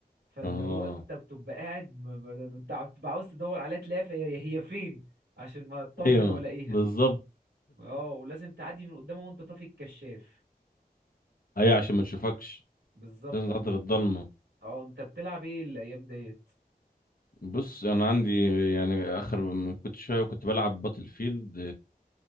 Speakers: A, on the right; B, on the left.
A: فاللي
B: اه
A: هو انت بتبقى قاعد م- م- انت بتبقى عاوز تدور عليها تلاقيها في- هي هي فين عشان ما تطمن
B: ايوه
A: والاقيها
B: بالظبط
A: اه ولازم تعدي من قدامه وانت طافي الكشاف
B: ايوه عشان ما تشوفكش
A: بالظبط
B: لازم
A: اه
B: تعدي
A: انت
B: في الضلمه
A: اه انت بتلعب ايه الايام ديت
B: بص انا عندي يعني اخر من كنت شويه وكنت بلعب باتل فيلد